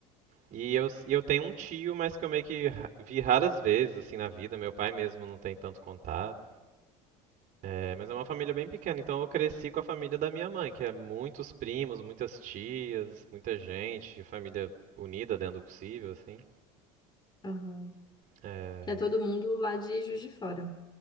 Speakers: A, on the right (about 45°); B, on the left (about 25°).
A: E eu, e eu tenho um tio, mas que eu meio que ra- vi raras vezes assim na vida. Meu pai mesmo não tem tanto contato. É, mas é uma família bem pequena, então eu cresci com a família da minha mãe, que é muitos primos, muitas tias, muita gente, família unida dentro do possível, assim.
B: Aham.
A: É...
B: Que é todo mundo lá de Juiz de Fora.